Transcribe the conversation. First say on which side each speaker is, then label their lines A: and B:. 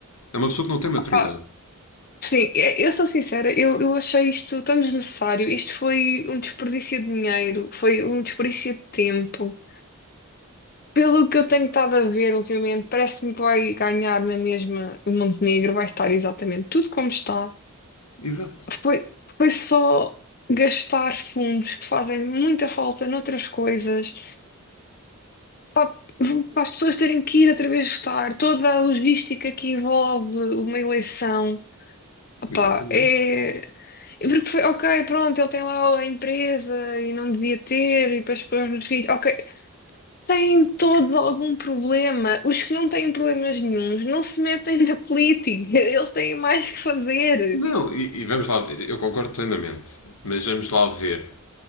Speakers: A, on the left; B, on the left.
A: É uma pessoa que não tem maturidade.
B: Pá, sim, é- eu sou sincera, eu, eu achei isto tão desnecessário. Isto foi um desperdício de dinheiro, foi um desperdício de tempo. Pelo que eu tenho estado a ver ultimamente, parece-me que vai ganhar na mesma o Montenegro, vai estar exatamente tudo como está.
A: Exato,
B: Foi, foi só gastar fundos que fazem muita falta noutras coisas. Pá, para as pessoas terem que ir outra vez votar, toda a logística que envolve uma eleição, opá,
A: exatamente.
B: é. é Porque foi, ok, pronto, ele tem lá a empresa e não devia ter, e para as pessoas nos filhos, ok, tem todo algum problema. Os que não têm problemas nenhuns não se metem na política, <laughs> eles têm mais que fazer.
A: Não, e, e vamos lá, eu concordo plenamente, mas vamos lá ver.